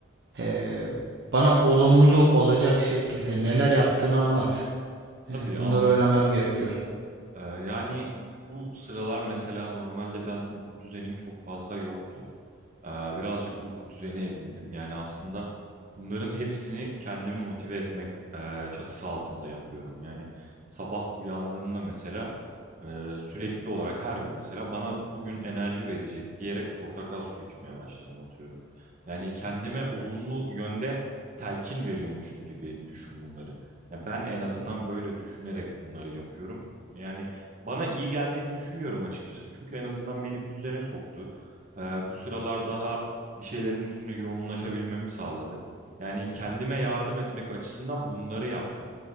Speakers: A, on the right (about 55°); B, on the right (about 35°).
A: eee, bana olumlu olacak şekilde neler yaptığını anlat. Eee,
B: Tabii anlatın.
A: bunları öğrenmem gerekiyor.
B: Ee, yani bu sıralar mesela normalde ben uyku düzenim çok fazla yoktu. Ee, birazcık uyku düzeni edindim. Yani aslında bunların hepsini kendimi motive etmek e, çatısı altında yapıyorum. Yani sabah uyandığımda mesela e, sürekli olarak her gün mesela bana bugün enerji verecek diyerek portakal suyu içmeye başladım atıyorum. Yani kendime olumlu yönde telkin veriyormuşum gibi düşün bunları. Ya ben en azından böyle düşünerek bunları yapıyorum. Yani bana iyi geldiğini düşünüyorum açıkçası. Çünkü en azından beni bir düzene soktu. Ee, bu sıralar daha bir şeylerin üstüne yoğunlaşabilmemi sağladı. Yani kendime yardım etmek açısından bunları yaptım.